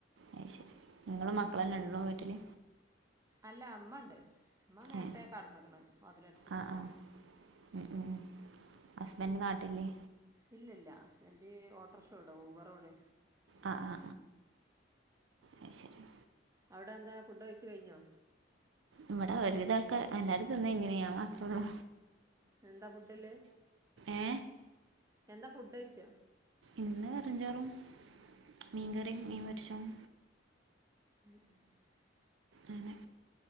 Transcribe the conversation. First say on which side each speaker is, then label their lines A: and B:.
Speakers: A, on the right (about 80°); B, on the right (about 15°).
A: അത് ശെരി ഇങ്ങളും മക്കളും തന്നെ ഒള്ളൂ വീട്ടില്
B: അല്ല അമ്മ ഇണ്ട് അമ്മ നേരത്തെ
A: ഏ
B: കടന്ന്ക്ക്ണ് വാതിലടച്ച്
A: ആ
B: കടന്ന്
A: ആ ഉം ഉം ഹസ്ബൻഡ് നാട്ടിലില്ലേ
B: ഇല്ല ല്ല ഹസ്ബൻഡ് ഓട്ടർഷ ഓടാ ഊബറോടെ
A: ആ ആ അത് ശെരി
B: അവടെ എന്താ ഫുഡ് കഴിച്ച് കഴിഞ്ഞോ
A: ഇവിടെ ഒരുവിതം ആൾക്കാർ എല്ലാരും തിന്ന് കഴിഞ്ഞ്ക്ണ് ഞാൻ മാത്രള്ളൂ
B: എന്താ ഫുഡില്ലേ
A: ഏ
B: എന്താ ഫുഡ് ചോയിച്ച
A: ഇന്ന് വെറും ചോറും മീൻ കറിയും മീൻ പൊരിച്ചതും
B: ഉം ഉം <inaudible> <unintelligible>
A: അങ്ങനെ